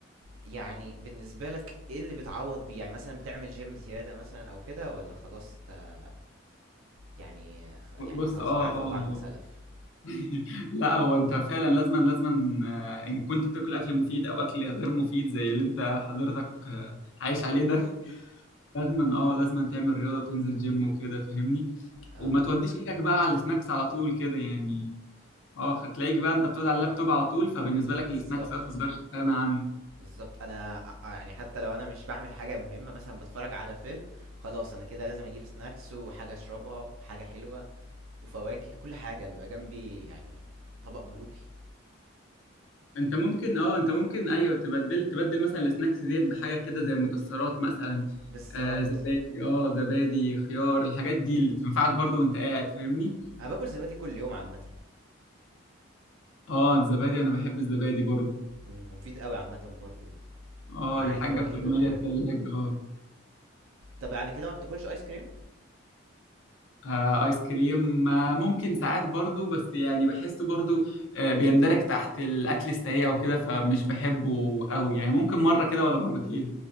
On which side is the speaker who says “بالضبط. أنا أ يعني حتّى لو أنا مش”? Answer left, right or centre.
Right